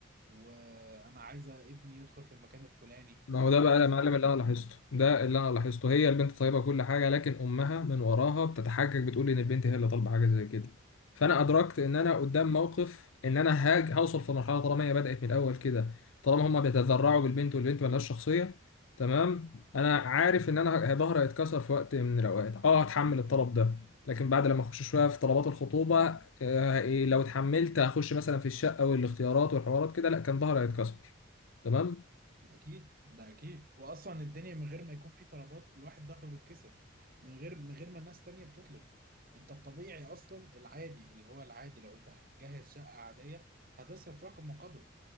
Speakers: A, on the right (about 45°); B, on the left (about 80°).
A: وانا عايزة ابني يدخل في المكان الفلاني
B: ما
A: لا
B: هو ده
A: انا
B: بقى
A: عايزة
B: يا معلم
A: بنتي
B: اللي
A: تدخل
B: انا لاحظته
A: في...
B: ده اللي انا لاحظته هي البنت طيبه كل حاجه لكن امها من وراها بتتحجج بتقول ان البنت هي اللي طالبه حاجه زي كده فانا ادركت ان انا قدام موقف ان انا هاج هوصل في مرحله طالما هي بدات من الاول كده طالما هما بيتذرعوا بالبنت والبنت ملهاش شخصيه تمام انا عارف ان انا ظهري هيتكسر في وقت من الاوقات اه هتحمل الطلب ده لكن بعد لما اخش شويه في طلبات الخطوبه آه إيه، لو اتحملت هخش مثلا في الشقه والاختيارات والحوارات كده لا كان ظهري هيتكسر تمام
A: ده اكيد ده اكيد واصلا الدنيا من غير ما يكون في طلبات الواحد ظهره بيتكسر من غير من غير ما الناس تانية بتطلب انت الطبيعي اصلا العادي اللي هو العادي لو انت هتجهز شقة عادية هتصرف رقم وقدره